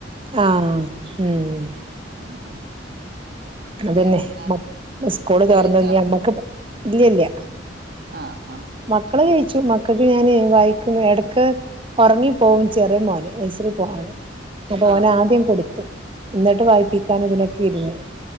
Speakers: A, on the right; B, on the right.
A: ആഹ ഉം
B: ഉം
A: അതെന്നെ
B: പിന്നെ
A: മകൾക്ക് സ്കൂള് തുറന്നു.
B: കഴിച്ചാ
A: ഇനി നമ്മക്ക്, ഇല്ല ഇല്ല.
B: ആഹ് ആഹ്
A: മക്കള് കഴിച്ചു. മക്കൾക്ക് ഞൻ വായിക്കുന്ന ഇടക്ക് ഉറങ്ങി പോകും. ചെറിയ മോന്, നൈസറി പോണോന്. അപ്പൊ
B: ആഹ്
A: ഓന് ആദ്യം കൊടുത്തു. എന്നിട്ട് വായിപ്പിക്കാൻ ഇതിനൊക്കെ ഇരുന്ന്.